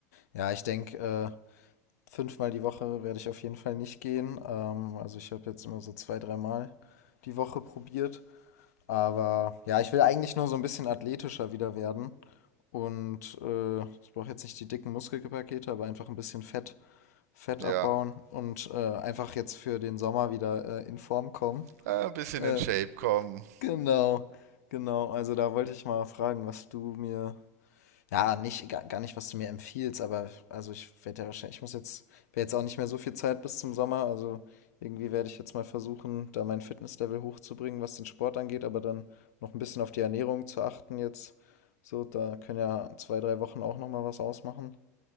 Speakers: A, on the left; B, on the right.
A: Ja, ich denke, äh, fünfmal die Woche werde ich auf jeden Fall nicht gehen. Ähm, also ich habe jetzt immer so zwei, dreimal die Woche probiert. Aber ja, ich will eigentlich nur so ein bisschen athletischer wieder werden. Und äh, ich brauche jetzt nicht die dicken Muskelpakete, aber einfach ein bisschen Fett, Fett
B: Ja,
A: abbauen und äh, einfach jetzt für den Sommer wieder äh, in Form kommen.
B: äh, ein bisschen
A: Äh,
B: in Shape kommen.
A: Genau, genau. Also da wollte ich mal fragen, was du mir, ja, nicht, gar, gar nicht, was du mir empfiehlst, aber also ich werde ja wahrscheinlich, ich muss jetzt, wäre jetzt auch nicht mehr so viel Zeit bis zum Sommer, also irgendwie werde ich jetzt mal versuchen, da mein Fitnesslevel hochzubringen, was den Sport angeht, aber dann noch ein bisschen auf die Ernährung zu achten jetzt. So, da können ja zwei, drei Wochen auch noch mal was ausmachen.